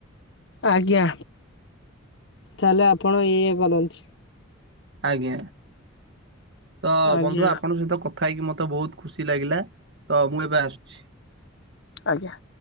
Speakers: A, on the left; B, on the right.
A: ଆଜ୍ଞା। ତାହେଲେ ଆପଣ ଇଏ କରନ୍ତୁ।
B: ଆଜ୍ଞା। ତ
A: ଆଜ୍ଞା।
B: ବନ୍ଧୁ ଆପଣଙ୍କ ସହିତ କ ଥାଇକି ମତେ ବହୁତ ଖୁସି ଲାଗିଲା। ତ ମୁଁ ଏବେ ଆସୁଛି।
A: ଆଜ୍ଞା।